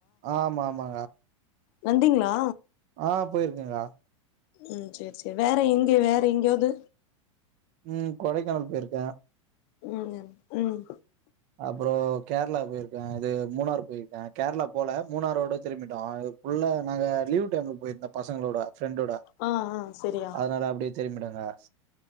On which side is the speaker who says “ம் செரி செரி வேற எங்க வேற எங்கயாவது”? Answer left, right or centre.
Left